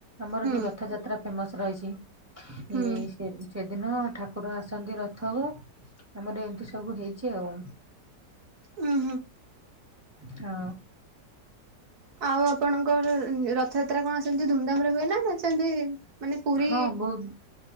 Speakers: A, on the right; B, on the right.
A: ଆମର
B: ହୁଁ
A: ଯୋଉ ରଥଯାତ୍ରା ଫେମସ୍ ରହିଚି
B: ହୁଁ
A: ଇଏ ସେଦିନ ଠାକୁର ଆସନ୍ତି ରଥକୁ ଆମର ଏମିତି ସବୁ ହେଇଚି ଆଉ।
B: ହୁଁ।
A: ହଁ।
B: ଆଉ ଆପଣଙ୍କର ରଥଯାତ୍ରା କଣ ସେମିତି ଧୁମଧାମରେ ହୁଏ ନା ନା ସେନ୍ତି ମାନେ ପୁରୀ
A: ହଁ ବହୁତ